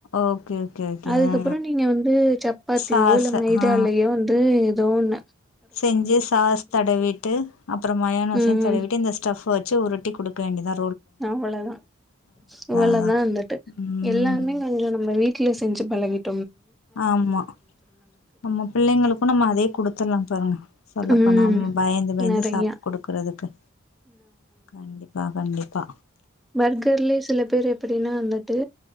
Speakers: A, on the left; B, in the centre.
A: ஓகே ஓகே ஓகே
B: அதுக்கப்பறோ
A: ஆ
B: நீங்க வந்து சப்பாத்தியோ
A: சாஸ்
B: இல்ல மைதாலயோ
A: ஆ
B: வந்து எதோவொன்னு
A: செஞ்சு சாஸ் தடவிட்டு அப்பறோ மயோனச
B: ம்
A: தடவிட்டு
B: ம்
A: இந்த ஸ்டஃப் ஃபவச்சு உருட்டி குடுக்க க வேண்டிதா
B: அவளதா அவளதா
A: அதா
B: வந்துட்டு
A: ம்
B: எல்லாமே கொஞ்ச நம்ம வீட்ல செஞ்சு பழகிட்டு
A: ஆமா நம்ம பிள்ளைங்களுக்கு நம்ம அதே குடுத்துர்லா பாருங்க சொல்லப்போனா
B: ம்
A: நாம பயந்து பயந்து
B: நெறையா
A: சாப் குடுக்குறதுக்கு கண்டிப்பா கண்டிப் ப்பா
B: பர்கர்லே சில பேர் எப்டினா வந்துட்டு